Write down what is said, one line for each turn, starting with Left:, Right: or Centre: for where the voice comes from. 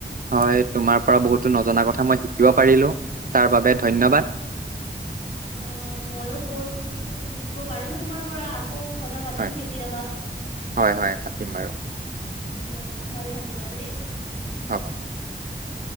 Right: হয় তোমাৰ পৰা বহুতো নজনা কথা মই শিকিব পাৰিলো। তাৰ বাবে ধন্যবাদ
Left: অ অ মইও বহুত কিছু শো থাকিব পাৰিলো তোমাৰ পৰা আকৌ কথা পাতিম
Right: হয়
Left: কেতিয়াবা
Right: হয় হয় পাতিম বাৰু
Left: ঠিক আছে ভাল থাকিবা দেই
Right: হ'ব
Left: অ